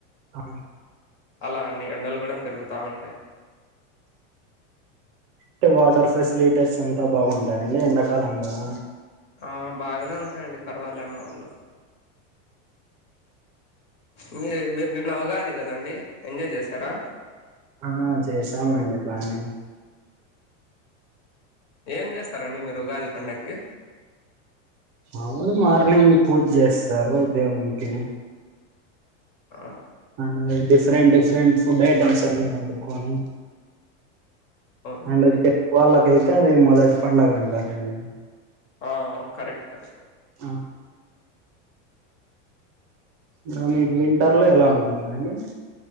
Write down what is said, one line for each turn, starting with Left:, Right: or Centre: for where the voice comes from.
Right: ఆ,
Left: అలా అండి ఎండలు కూడా పెరుగుతా ఉంటాయి
Right: టే వాటర్ ఫెసిలీటస్ అంతా బాగుంటాయా అండి ఎండాకాలం గదా
Left: ఆ బాగనే ఉంటాయండి పరవాలే మా ఊర్లో మీ మీరు నిన్న ఉగాది కదండి ఎంజాయ్ చేశారా
Right: ఆ చేశామండి బానే
Left: ఏం చేస్తారండి మీరు ఉగాది పండక్కి
Right: మాములే మార్నింగ్ పూజ చేస్తారు దేవునికి
Left: ఆ
Right: and different different food items అన్నీ ఒండుకోని
Left: అవునండి
Right: అంటే తె <inaudible> గు వాళ్ళకైతే అది మొదటి పండగ అంటారండి
Left: ఔన్ కరెక్ట్ కరెక్ట్
Right: ఆ ఇంకా మీకు వింటర్ లో ఎలా ఉంటుందండి